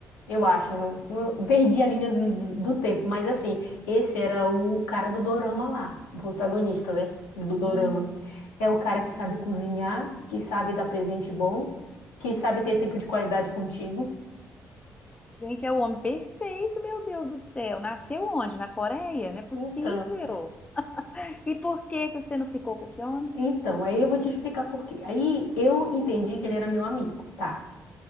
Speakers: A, on the left (about 85°); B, on the left (about 15°).
A: Eu acho,
B: Ah, tá.
A: não, não- perdi a linha do, do tempo, mas assim, esse era o cara do dorama lá, o protagonista, né, do dorama.
B: Hum,
A: É o cara
B: meu
A: que
B: Deus.
A: sabe cozinhar, que sabe dar presente bom, que sabe ter tempo de qualidade contigo.
B: Gente, é o homem perfeito, meu Deus do céu. Nasceu onde? Na Coreia? Não é possível.
A: Então,
B: E por que que você não ficou com esse homem?
A: então, aí eu vou te explicar por quê. Aí eu entendi que ele era meu amigo, tá?